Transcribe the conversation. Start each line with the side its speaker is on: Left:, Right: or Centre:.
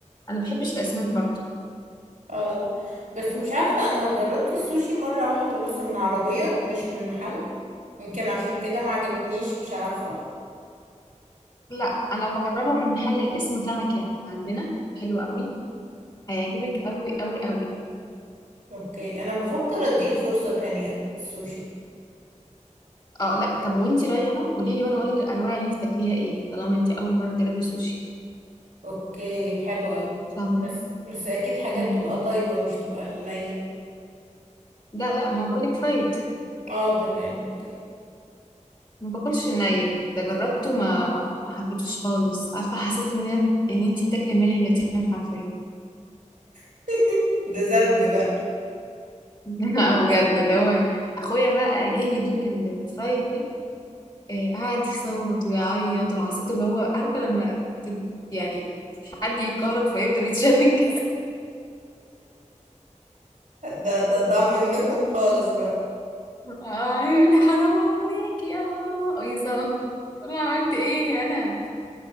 Left: انا بحبش الاسماك برضو
Right: اه لا بس مش عارفة أنا جربت السوشي مرة واحدة بس من عربية مش من محل يمكن عشان كده ما عجبتنيش مش عارفة
Left: لا انا بجربها من محل اسمه تمكي عندنا حلو قوي هيعجبك قوي قوي قوي
Right: اوكي أنا بفكر أديله فرصة تانية السوشي
Left: اه لا طب وانتي رايحه قولي لي وانا اقول لك الانواع اللي انت تاكليها ايه طالما انتي اول مره تجربي سوشي
Right: اوكي حلو أوي
Left: فاهمه
Right: بس بس اكيد حاجات
Left: مم.
Right: تبقى طيبة مش تبقى النية دي
Left: لا لا ما بقولك فرايد
Right: اه تمام اوكي
Left: ما باكلش الني ده جربته ما ما حبيتوش خالص عارفه حسيت ان ان انتي بتاكلي مال اليتيم حرفيا
Right: <laughs> ده ذنب بقى
Left: <laughs> لا بجد اللي هو اخويا بقى جه يدوق الفرايد ده آه، قعد يصوت ويعيط وحسيت اللي هو عارفه لما تد- يعني حد يتكهرب فيفضل يتشنج <laughs>
Right: ده ده ده منكم خالص بقى
Left: اه يقول لي حرام عليك يا آه، ويصوت اقول له عملت ايه انا